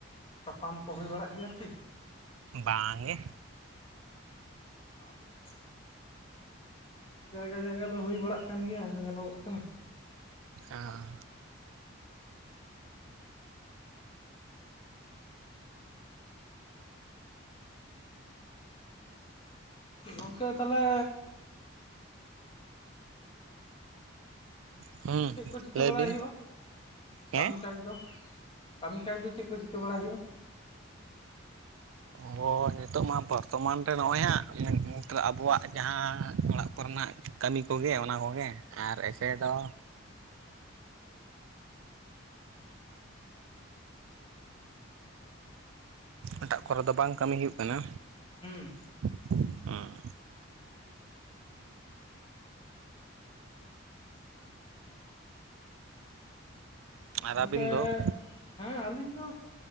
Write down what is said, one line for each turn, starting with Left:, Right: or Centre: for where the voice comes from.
Left: ᱛᱟᱯᱟᱢ ᱠᱚ ᱦᱩᱭ ᱵᱟᱲᱟᱜ ᱜᱮᱭᱟ ᱠᱤ
Right: ᱵᱟᱝ ᱜᱮ
Left: ᱚᱻ ᱡᱟᱭᱜᱟ ᱡᱟᱭᱜᱟ ᱫᱚ ᱦᱩᱭ ᱵᱟᱲᱟᱜ ᱠᱟᱱ ᱜᱮᱭᱟ ᱧᱮᱞᱚᱜᱚᱜ ᱠᱟᱱᱟ
Right: ᱚᱸᱻ
Left: ᱜᱚᱢᱠᱮ ᱛᱟᱦᱚᱞᱮ
Right: ᱦᱩᱸ
Left: ᱪᱮᱫ ᱠᱚ ᱪᱤᱠᱟᱹ
Right: ᱞᱟᱹᱭ
Left: ᱵᱟᱲᱟᱭ
Right: ᱵᱤᱱ
Left: ᱦᱩᱭᱩᱜ-ᱟ
Right: ᱦᱮᱸ
Left: ᱠᱟᱹᱢᱤ ᱠᱟᱡᱽ ᱫᱚ? ᱠᱟᱹᱢᱤ ᱠᱟᱡᱽ ᱫᱚ ᱪᱮᱫ ᱠᱚ ᱪᱤᱠᱟᱹ ᱵᱟᱲᱟᱭ ᱦᱩᱭᱩᱜ-ᱟ?
Right: ᱦᱳᱭ ᱱᱤᱛᱚᱜ ᱢᱟ ᱵᱚᱨᱛᱚᱢᱟᱱ ᱨᱮ ᱱᱚᱜᱼᱚᱭ ᱦᱟᱸᱜ ᱟᱵᱚᱣᱟᱜ ᱡᱟᱦᱟᱸ ᱚᱲᱟᱜ ᱠᱚᱨᱮᱱᱟᱜ ᱠᱟᱹᱢᱤ ᱠᱚᱜᱮ ᱚᱱᱟ ᱠᱚᱜᱮ ᱟᱨ ᱮᱥᱮ ᱫᱚ ᱮᱴᱟᱜ ᱠᱚᱨᱮ ᱫᱚ ᱵᱟᱝ ᱠᱟᱹᱢᱤ ᱦᱩᱭᱩᱜ ᱠᱟᱱᱟ
Left: ᱦᱩᱸ
Right: ᱚᱻ ᱟᱨ
Left: ᱜᱚᱝᱠᱮ
Right: ᱟᱹᱵᱤᱱ ᱫᱚ
Left: ᱦᱮᱸ ᱟᱹᱞᱤᱧ ᱫᱚ